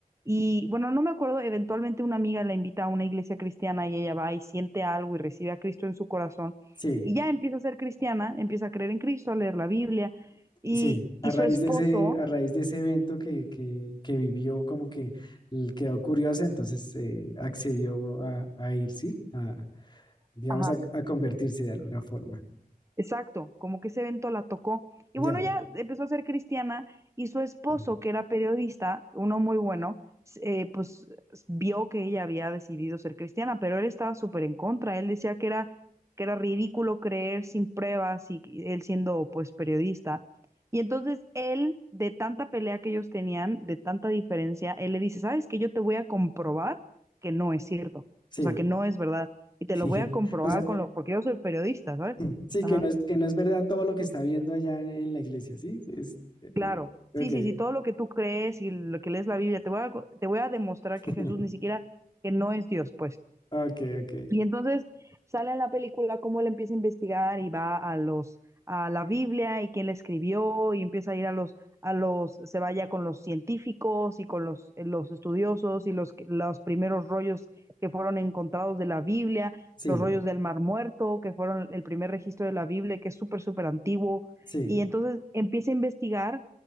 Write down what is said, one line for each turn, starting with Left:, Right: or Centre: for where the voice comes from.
Right: y bueno, no me acuerdo, eventualmente una amiga la invita a una iglesia cristiana y ella va y siente algo y recibe a Cristo en su corazón
Left: sí.
Right: y ya empieza a ser cristiana, empieza a creer en Cristo, a leer la Biblia y,
Left: Sí, a
Right: y
Left: raíz
Right: su esposo,
Left: de ese, a raíz de ese evento que, que, que vivió, como que l- quedó curiosa, entonces eh, accedió a, a ir, ¿sí? A, digamos,
Right: ajá,
Left: a, a convertirse de alguna forma.
Right: Exacto, como que ese evento la tocó. Y
Left: Ya,
Right: bueno, ya empezó a ser cristiana y su esposo,
Left: <clears throat>
Right: que era periodista, uno muy bueno, s- eh, pues s- vio que ella había decidido ser cristiana, pero él estaba súper en contra. Él decía que era, que era ridículo creer sin pruebas y y él siendo pues periodista. Y entonces él, de tanta pelea que ellos tenían, de tanta diferencia, él le dice, ¿sabes que Yo te voy a comprobar que no es cierto,
Left: sí.
Right: o sea, que no es verdad. Y te
Left: <laughs>
Right: lo voy a comprobar
Left: O sea,
Right: con lo, porque yo soy periodista, ¿sabes?
Left: <clears throat> sí,
Right: Ajá.
Left: que no es, que no es verdad todo lo que está viendo allá en la iglesia, ¿sí? Es, eh,
Right: Claro, sí,
Left: ok,
Right: sí, sí, todo lo que tú crees y lo que lees la Biblia, te voy a, co- te voy a demostrar
Left: <laughs>
Right: que Jesús ni siquiera, que no es Dios, pues.
Left: ok, ok.
Right: Y entonces sale en la película cómo él empieza a investigar y va a los a la Biblia y quién la escribió y empieza a ir a los a los se vaya con los científicos y con los los estudiosos y los los primeros rollos que fueron encontrados de la Biblia,
Left: Sí,
Right: los rollos del Mar Muerto, que fueron el primer registro de la Biblia, que es súper súper antiguo
Left: sí,
Right: y entonces empieza a investigar